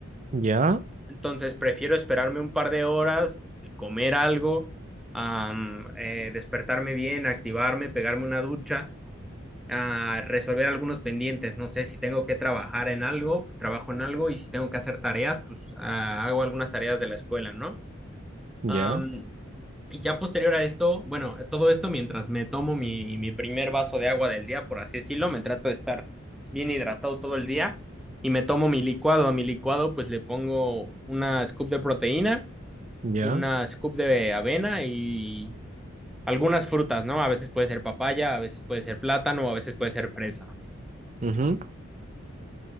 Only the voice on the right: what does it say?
ya,
ya,
ya.
Ujú.